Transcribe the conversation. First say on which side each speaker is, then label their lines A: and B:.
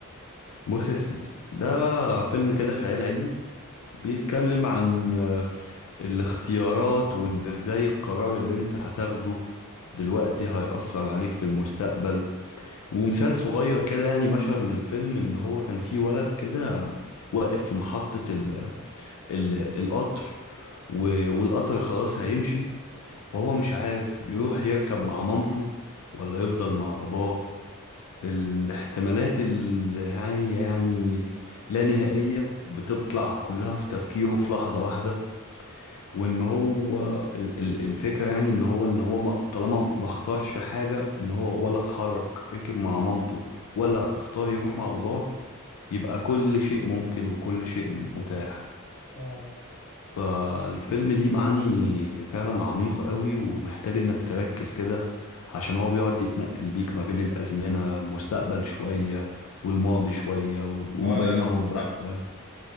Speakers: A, on the left (about 80°); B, on the left (about 50°).
A: بص يا سيدي ده فيلم كده خيال علمي بيتكلم عن آه، الاختيارات وان ازاي القرار اللي انت هتاخده دلوقتي هيأثر عليك في المستقبل ومثال
B: اه
A: صغير كده يعني مشهد من الفيلم ان هو كان في ولد كده واقف في محطة ال ال القطر و- والقطر خلاص هيمشي فهو مش عارف يروح يركب مع مامته ولا يفضل مع باباه الاحتمالات اللي هي يعني لا نهائية بتطلع كلها في تفكيره في لحظة واحدة وان هو ال- ال- الفكرة يعني ان هو ان هو ما- طالما ما اختارش حاجة ان هو ولا اتحرك ركب مع مامته ولا اختار يروح مع باباه يبقى كل شيء ممكن وكل شيء متاح
B: اه
A: فالفيلم ليه معاني فعلا عميقة قوي ومحتاج انك تركز كده عشان هو بيقعد يتنقل بيك ما بين الأزمنة المستقبل شوية والماضي شوية و- وما
B: اه
A: بينهما
B: لا لا شكله
A: بقى
B: حلو
A: فاهم